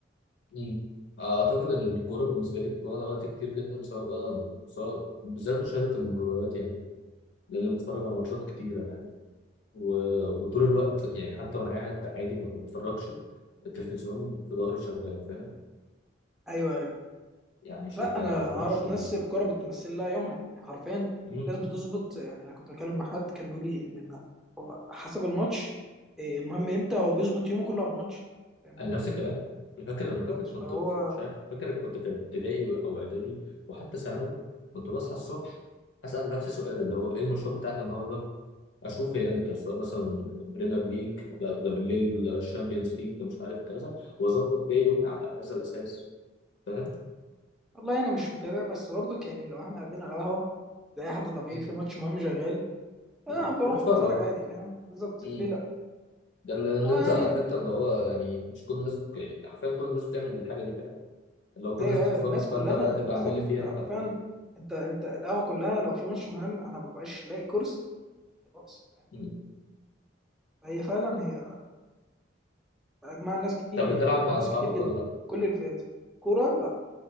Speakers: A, on the left; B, in the centre.
A: مم. اعتقد ان الكوره بالنسبه لي واخده وقت كتير جدا سواء بقى سواء بالذات مشاهده المباريات يعني لان بتفرج على ماتشات كتيره يعني و... وطول الوقت يعني حتى وانا قاعد عادي ما بتفرجش التلفزيون في ظهري شغال فاهم
B: ايوه ايوه
A: يعني شغال
B: لا انا
A: على
B: اعرف
A: ماتش و...
B: ناس الكوره بتمثل لها يومها يعني حرفيا
A: مم.
B: ناس بتظبط يعني انا كنت بكلم مع حد كان بيقول لي ان إن حسب الماتش إيه، المهم امتى هو بيظبط يومه كله على الماتش فاهمني
A: انا نفس الكلام انا فاكر انا فاكر
B: بالظبط
A: كنت
B: فهو
A: في مش عارف فاكر كنت في ابتدائي او اعدادي وحتى ثانوي كنت بصحى الصبح اسال نفسي سؤال اللي هو ايه الماتشات بتاعت النهارده اشوف هي امتى سواء مثلا بريمير ليج لا ده بالليل الشامبيونز ليج ده مش عارف كذا واظبط بيه يومي على هذا الاساس فاهم
B: والله انا مش متابع بس برضك يعني لو احنا قاعدين على قهوه ده اي حد طبيعي
A: مم.
B: في ماتش مهم شغال اه
A: مم.
B: بروح
A: هتتفرج
B: اتفرج عادي فاهم بالظبط
A: مم.
B: ليه لا
A: ده اللي ان
B: اه
A: انت
B: يعني
A: عارف انت اللي هو يعني مش كل الناس يعني حرفيا كل الناس بتعمل الحاجه دي فاهم اللي هو كل
B: ايوه
A: الناس بتتفرج
B: ايوه الناس كلها
A: فانت بقى تبقى
B: بالظبط
A: عامل لي فيها
B: انت حرفيا انت انت القهوه كلها لو في ماتش مهم انا مببقاش لاقي كرسي خلاص فاهم
A: مم.
B: هي فعلا هي اجمع ناس كتير
A: طب
B: يعني
A: بتلعب
B: اجمع
A: مع
B: ناس
A: اصحابك
B: كتير جدا
A: ولا لا
B: كل الفئات كوره لا